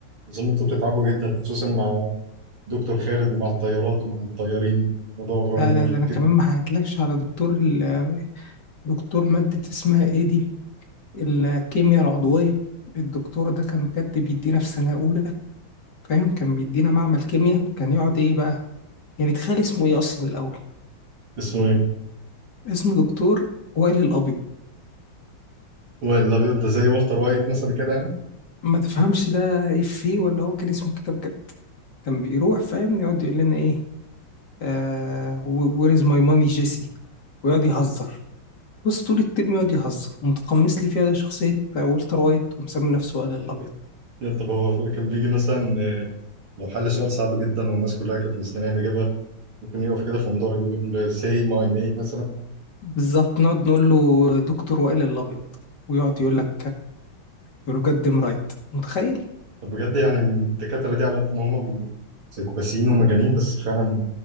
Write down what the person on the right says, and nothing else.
اظن انتوا بتتعبوا جدا خصوصا مع دكتور خالد ومع الطيارات ومع الطيارين الموضوع فعلا
مرهق
جدا
اسمه ايه
هو الابيض ده زي والتر وايت مثلا كده يعني
يعني طب هو كان بيجي مثلا آه، لو حل سؤال صعب جدا والناس كلها كانت مستنيه الاجابه ممكن يقف كده في مدرج ويقول say my name مثلا
طب بجد يعني الدكاترة دي على قد ما هما بيبقوا سيكوباسيين ومجانين بس فعلا